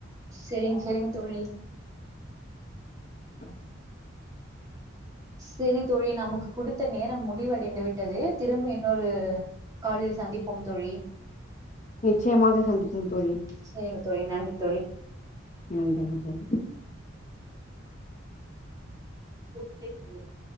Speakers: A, on the right; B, on the left.
A: செரிங்க செரிங்க தோழி
B: <unintelligible>
A: செரி தோழி நமக்கு குடுத்த நேரம் முடிவடைந்து விட்டது திரும்ப இன்னொரு காலில் சந்திப்போம் தோழி
B: நிச்சயமாக சந்திப்போம் தோழி
A: சேரிங்க தோழி நன்றி தோழி
B: நன்றிங்க தோழி
A: <unintelligible>